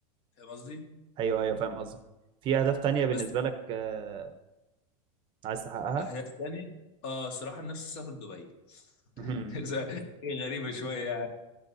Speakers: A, on the left; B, on the right.
A: فاهم قصدي
B: ايوه ايوه فاهم قصدك في اهداف تانية بالنسبة
A: بس
B: لك آه، عايز تحققها
A: اهداف تاني اه الصراحه نفسي اسافر دبي
B: <laughs> مهم.
A: <laughs> إيه، غريبه شويه يعني